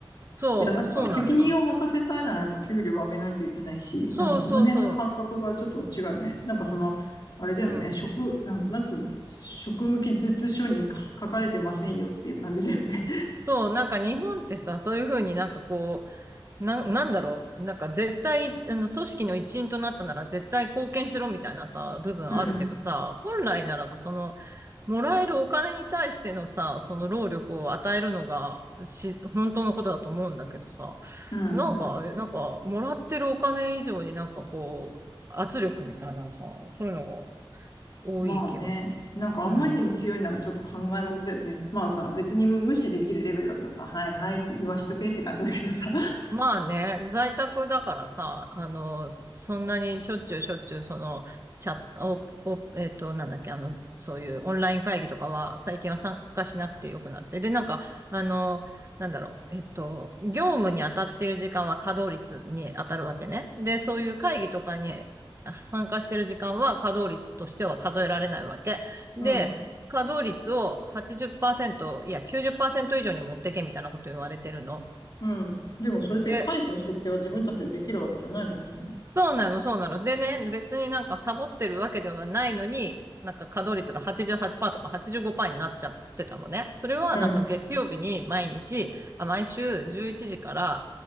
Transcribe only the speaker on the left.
いや、なんか責任を持たせたいならやっぱ給料を上げないといけないし、
なんかその辺の感覚がちょっと違うね。なんかその、あれだよね、
職、なん、なんつうの、職務記述書にか書かれてませんよっていう感じだよね。
<laughs>
うん、
うん。
まあね、なんかあんまりにも強いならちょっと考えもんだよね。
まあさ、別に無視できるレベルだったらさ、はいはいって言わしとけって感じだけどさ。
<laughs> うん、
うん。でもそれって会議の設定は自分たちでできるわけじゃないもんね。
うん、